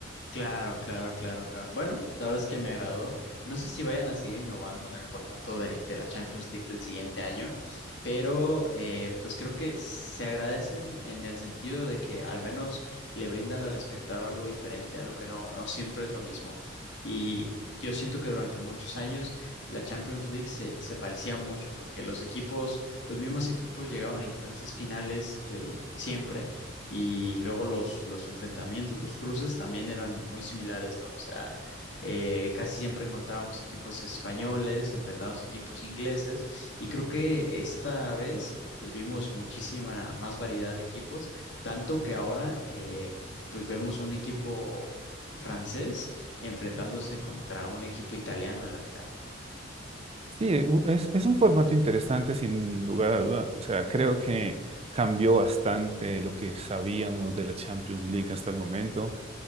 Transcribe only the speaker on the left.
Claro, claro, claro, claro. Bueno, la verdad es que me agradó. No sé si vayan a seguir innovando en el formato de, de la Champions League del siguiente año, pero eh, pues creo que se agradecen en el sentido de que al menos le brindan al espectador algo diferente, algo que no, no siempre es lo mismo. Y yo siento que durante muchos años la Champions League se, se parecía mucho, porque los equipos, los mismos equipos llegaban a instancias finales de siempre y luego los, los enfrentamientos, los cruces también eran muy similares, ¿no? O sea, eh, casi siempre encontrábamos equipos españoles, enfrentados a equipos ingleses y creo que esta vez pues vimos muchísima más variedad de equipos, tanto que ahora eh, pues vemos un equipo francés enfrentándose contra un equipo italiano en la final.